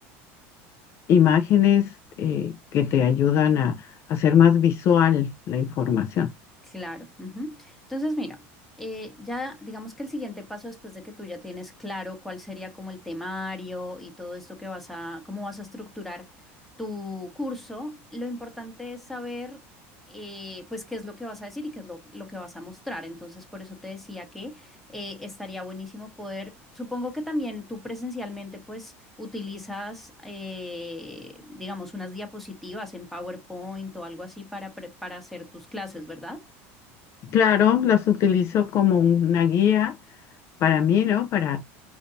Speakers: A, on the left (about 45°); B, in the centre.
A: imágenes eh, que te ayudan a hacer más visual la información.
B: Claro. ujú. Entonces, mira, eh, ya digamos que el siguiente paso después de que tú ya tienes claro cuál sería como el temario y todo esto que vas a, cómo vas a estructurar tu curso, lo importante es saber eh, pues qué es lo que vas a decir y qué es lo, lo que vas a mostrar. Entonces, por eso te decía que eh, estaría buenísimo poder, supongo que también tú presencialmente pues utilizas, eh, digamos, unas diapositivas en PowerPoint o algo así para, pre- para hacer tus clases, ¿verdad?
A: Claro, las utilizo como una guía para
B: Ajá.
A: mí, ¿no? Para